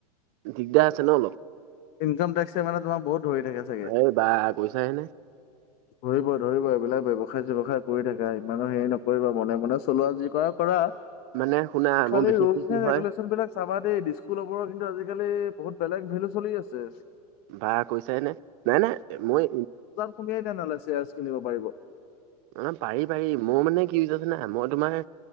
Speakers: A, on the right; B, on the left.
A: দিগদাৰ আছে ন' অলপ
B: ইনকাম টেক্সে মানে তোমাক বহুত ধৰি থাকে চাগে
A: এই বা কৈছাহে নে
B: ধৰিব ধৰিব এইবিলাক ব্যৱসায় চ্যৱসায় কৰি থাকা ইমানো হেৰি নকৰিবা মনে মনে চলোৱা যি কৰা কৰা।
A: মানে শুনা
B: খালি
A: মোৰ বিশেষকে
B: ৰলচ
A: কি
B: ন' ৰেগুলেচনছ
A: হয়
B: বিলাক চাবা দেই দিস্কুলৰবোৰৰ কিন্তু আজিকালি বহুত বেলেগ ভেলু চলি আছে
A: বা কৈছাই নে নাই নাই মই
B: <unintelligible> নল'ইছে <unintelligible> কিনিব পাৰিব
A: অ', পাৰি পাৰি মোৰ মানে কি <unintelligible> না মই তোমাৰ